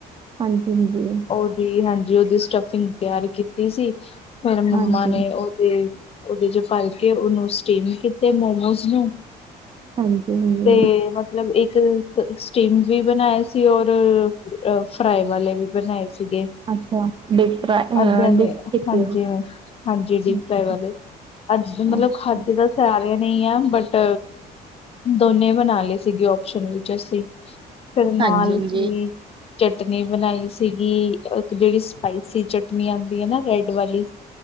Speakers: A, on the right (about 30°); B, on the left (about 35°).
A: ਹਾਂਜੀ, ਹਾਂਜੀ।
B: ਉਹਦੀ ਹਾਂਜੀ ਉਹਦੀ ਸਟਫਿੰਗ ਤਿਆਰੀ ਕੀਤੀ ਸੀ, ਫੇਰ ਮੰਮਾ
A: ਹਾਂਜੀ
B: ਨੇ ਉਹ ਤੇ ਉਹਦੇ ਚ ਭਰ ਕੇ ਉਹਨੂੰ ਸਟੀਮ ਕੀਤੇ ਮੋਮੋਜ਼ ਨੂੰ।
A: ਹਾਂਜੀ ਹਾਂਜੀ
B: ਤੇ ਬਸ ਮਤਲਬ ਇੱਕ ਸਟੀਮ ਵੀ ਬਣਾਏ ਸੀ, ਔਰ ਫਰਾਈ ਵਾਲੇ ਵੀ ਬਣਾਏ ਸੀਗੇ।
A: ਅੱਛਾ ਦੀਪ ਫਰਾਈ।
B: ਅੱਧੇ
A: ਡੀਪ ਕੀਤੀ
B: ਹਾਂਜੀ-ਹਾਂਜੀ,
A: ਆ
B: ਡੀਪ
A: ਅੱਛਾ
B: ਫਰਾਈ ਵਾਲੇ ਅੱਜ ਮਤਲਬ
A: ਓਕੇ
B: ਖਾਧੇ ਦਾ ਸਾਰੀਆਂ ਨਹੀਂ ਆ ਬਟ ਦੋਨੇ ਬਣਾ ਲਏ ਸੀਗੇ, ਓਪਸ਼ਨ ਵਿੱਚ ਅਸੀਂ। ਫੇਰ ਨਾਲ
A: ਹਾਂਜੀ ਹਾਂਜੀ
B: ਜੀ। ਚਟਨੀ ਬਣਾਈ ਸੀਗੀ, ਇੱਕ ਜਿਹੜੀ ਸਪਾਈਸੀ ਚਟਨੀ ਆਦੀ ਹੈ ਨਾ ਰੈਡ ਵਾਲੀ